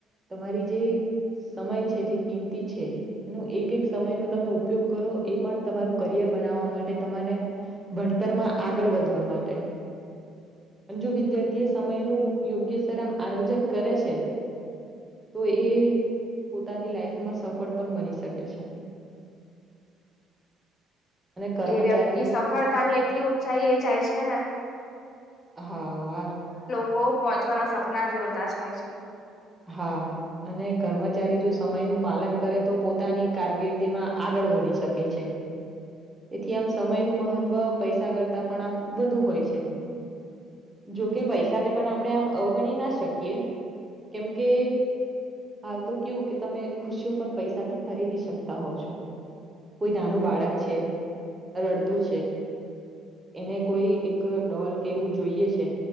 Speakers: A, on the right; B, on the left.
A: તમારી જે સમય છે, જે કિંમતી છે, એનું એક એક સમયનો તમે ઉપયોગ કરો એ પણ તમારું કરિયર બનાવવા માટે તમાને ભણતરમાં આ ગળ વધવા માટે અને જો વિદ્યાર્થી એ સમયનું યોગ્ય સર આમ આયોજન કરે છે. તો એ પોતાની લાઈફમાં સફળ પણ બની શકે છે. <inaudible> કર્મચારી
B: એ વ્યક્તિ સફળતાની એટલી ઊંચાઈ એ જાય છે, ને
A: હા.
B: કો પહોંચવાના સપના જોતા જ હોય છે.
A: હા અને કર્મચારી જો સમયનું પાલન કરે તો પોતાની કારકિર્દીમાં આગ ળ વધી શકે છે. તેથી આમ સમયનું મહત્વ પૈસા કરતા પણ આમ વધુ હોય છે. જોકે પૈસાને પણ આપણે આમ અવગણી ના શકીએ કેમકે હાલ તો કેવું કે તમે ખુશીઓ પણ પૈસાથી ખરીદી શકતા હોવ છો કોઈ નાનું બાળક છે, રડતું છે. એને કોઈ એક ડોલ કે એવું જોઈએ છે.